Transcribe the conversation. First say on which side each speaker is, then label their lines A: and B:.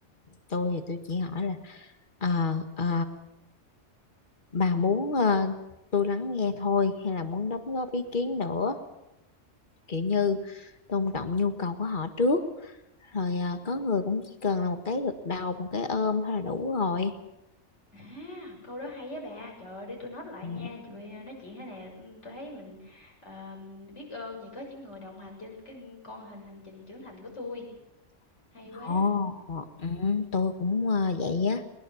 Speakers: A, on the left; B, on the left.
A: tôi thì tôi chỉ hỏi là ờ, ờ, bà muốn ờ, tôi lắng nghe thôi hay là muốn đóng góp ý kiến nữa kiểu như tôn trọng nhu cầu của họ trước rồi à, có người cũng chỉ cần là một cái gật đầu một cái ôm thôi là đủ rồi
B: À, câu đó hay á bà. Trời ơi, để tôi note lại
A: Ừ.
B: nha. Chị Huy nói chuyện thế này ừ, tôi thấy mình ờ, biết ơn vì có những người đồng hành trên cái con hình hành trình trưởng thành của tôi. Hay quá.
A: Ồ, ừ, tôi cũng ờ, vậy á.